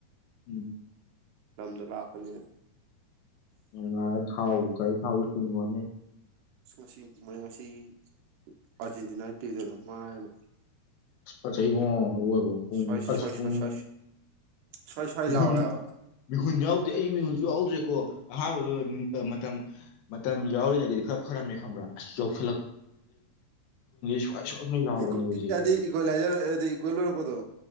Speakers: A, on the left; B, on the right.
A: ꯎꯝ
B: ꯂꯝꯗꯨꯂꯞꯄꯅꯤꯅ
A: ꯑ <unintelligible> ꯊꯥꯎ ꯒꯔꯤ ꯊꯥꯎꯖꯨ ꯀꯩꯅꯅꯦ
B: ꯑꯁ ꯉꯁꯤ ꯃꯣꯏ ꯉꯁꯤ ꯑꯥꯔꯖꯦꯟꯇꯤꯅꯥꯒꯤ ꯄꯤꯗꯅ ꯃꯥꯏꯃ
A: ꯐꯖꯩꯉꯣ ꯑꯣꯏꯕ ꯄꯨꯡ
B: ꯁ꯭ꯋꯥꯏ ꯁ꯭ꯋꯥꯏ
A: ꯑꯁ ꯄꯨꯡ
B: ꯁ꯭ꯋꯥꯏ ꯁ꯭ꯋꯥꯏ ꯁ꯭ꯋꯥꯏ ꯁ꯭ꯋꯥꯏ
A: ꯃꯤꯍꯨꯟ
B: ꯂꯥꯎꯋꯦ ꯍꯥꯏꯕ
A: ꯃꯤꯍꯨꯟ ꯌꯥꯎꯗꯦ ꯑꯩ ꯃꯤꯍꯨꯟꯁꯨ ꯌꯥꯎꯗ꯭ꯔꯦꯀꯣ ꯑꯍꯥꯟꯕ ꯃꯇꯝ ꯃꯇꯝ ꯌꯥꯎꯔꯤꯉꯩꯗꯗꯤ ꯈꯔ ꯐꯔꯝꯃꯦ ꯈꯪꯕ꯭ꯔꯥ ꯑꯁ ꯌ ꯁ꯭ꯋꯥꯏ ꯁ꯭ꯋꯥꯏ ꯁ꯭ꯋꯥꯏ ꯂꯥꯎꯕꯅꯦ
B: ꯏꯛ
A: ꯍꯧꯖꯤꯛ
B: ꯍꯥꯢꯗꯤ ꯏꯀꯋꯂꯥꯏꯖꯔ ꯍꯥꯏꯗꯤ ꯏꯀ꯭ꯋꯦꯜ ꯑꯣꯏꯔꯛꯄꯗꯣ